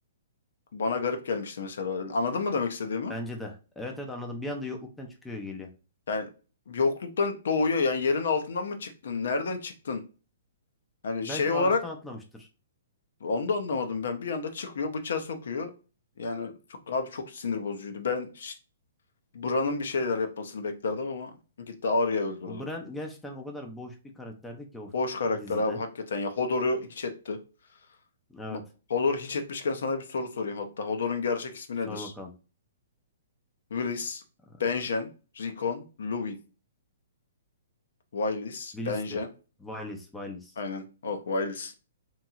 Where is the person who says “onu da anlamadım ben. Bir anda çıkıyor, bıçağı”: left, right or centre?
Left